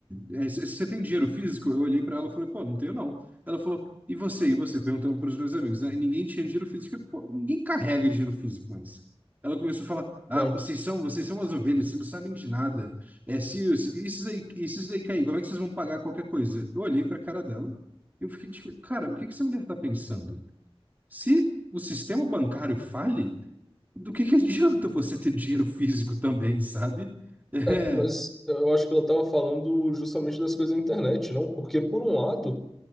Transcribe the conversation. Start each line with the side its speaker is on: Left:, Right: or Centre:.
Right: é, c- Você tem dinheiro físico? Eu olhei pra ela e falei: Pô, não tenho não. Ela falou: E você? E você? Perguntando pros meus amigos. Aí ninguém tinha dinheiro físico. Pô, ninguém carrega dinheiro físico mais. Ela começou a falar: Ah,
Centre: É,
Right: vocês são, vocês são as ovelhas, vocês não sabem de nada. É, se, se, isso daí, isso daí cair, como é que vocês vão pagar qualquer coisa? Eu olhei pra cara dela e eu fiquei tipo: Cara, o que que essa mulher tá pensando? Se o sistema bancário fale, do que que <laughs> adianta você ter dinheiro físico também, sabe? É,
Centre: é, mas eu acho que ela estava falando justamente das coisas da internet, não? Porque, por um lado,